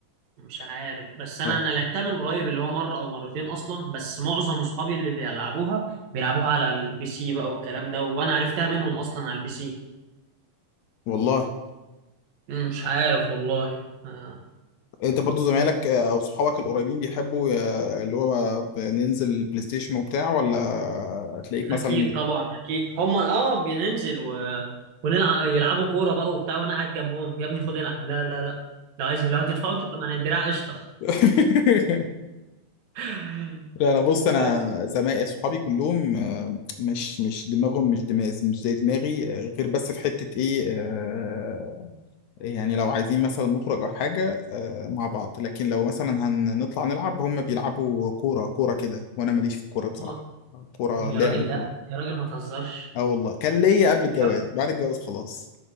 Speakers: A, on the right; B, on the left.
A: مش عارف بس انا
B: اه
A: انا لعبتها من قريب اللي هو مرة او مرتين اصلا بس معظم اصحابي اللي بيلعبوها بيلعبوها على البي سي بقى والكلام ده وانا عرفتها منهم اصلا على البي سي
B: والله
A: مم، مش عارف والله آه،
B: انت برضو زمايلك آه، او صحابك القريبين بيحبوا آه، اللي هو ننزل بلاي ستيشن وبتاع ولا تلاقيك مثلا
A: اكيد
B: بت...
A: طبعا اكيد هم اه بننزل و... ونلعب يلعبوا كوره بقى وبتاع وانا قاعد جنبهم يا ابني خد العب لا لا لا لو عايز لو هتدفعوا انتوا كمان الدراع قشطه
B: <laughs>
A: <laughs>
B: لا انا بص انا
A: بس
B: زمايلي صحابي كلهم آه، مش مش دماغهم مش دماغ مش زي دماغي آه، غير بس في حتة ايه آه، يعني لو عايزين مثلا نخرج أو حاجة آه، مع بعض لكن لو مثلا هنطلع نلعب هم بيلعبوا كورة كورة كده وأنا ماليش في الكورة بصراحة
A: آه،
B: كورة
A: يا
B: لعب
A: راجل
B: كورة
A: لا يا راجل ما تهزرش
B: اه والله كان ليا قبل الجواز
A: ده
B: بعد الجواز خلاص